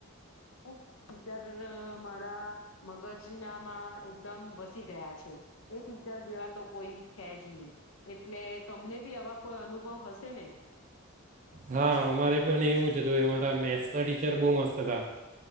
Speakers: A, on the left (about 70°); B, on the right (about 35°).
A: છુ ટીચર. દ મારા મગજ નામાં એકદમ વસી ગયા છે. એ ટીચર જેવા તો કોઈ છે જ નહી. એટલે તમને બી આવા કોઈ અનુભવ હશે ને.
B: હા અમારે પણ એવું જ હતું અમારા મેથ્સના ટીચર બહુ મસ્ત હતા